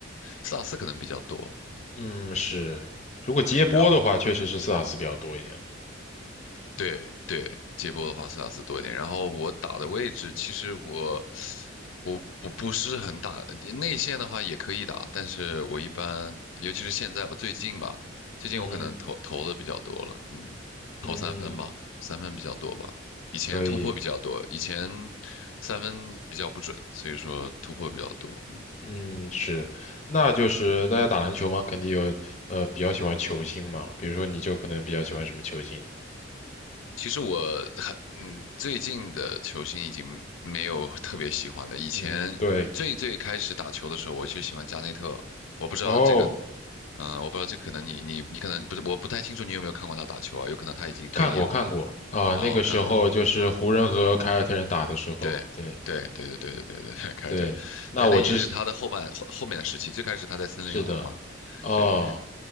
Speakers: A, on the left; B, on the left.
A: 四打四可能比较多。
B: 嗯，是。如果接波的话，
A: 然后
B: 确实是四打四比较多一点。
A: 对对，接波的话斯塔斯多一点。然后我打的位置，其实我我不不是很打内线的话也可以打，但是我一般，尤其是现在吧，最近吧，最近我可能投投的比较多了，
B: 嗯
A: 嗯，
B: 嗯，
A: 投三分吧，三分比较多吧。以前突破比较多，
B: 可以，
A: 以前三分比较不准，所以说突破比较多。嗯
B: 嗯是，那就是大家打篮球嘛，肯定有呃比较喜欢球星嘛，比如说你就可能比较喜欢什么球星呢？
A: 其实我很嗯，最近的球星已经没有特别喜欢的。以前最最开始打球的时候，
B: 嗯，对，
A: 我就喜欢加内特。我不知道这个，
B: 哦，
A: 嗯、我不知道这个可能你你你可能不是，我不太清楚你有没有看过他打球啊？有可能他已经退役了。
B: 看过看过啊，
A: 哦，
B: 那个时候就是湖人和凯尔特人打的时候，
A: 看过，对对对对对对对对，
B: 对
A: <laughs> 凯尔特人对，
B: 对，那我知
A: 那已经是他的后半后后面的时期。最开始他在森林狼嘛，
B: 是的，哦，
A: 对。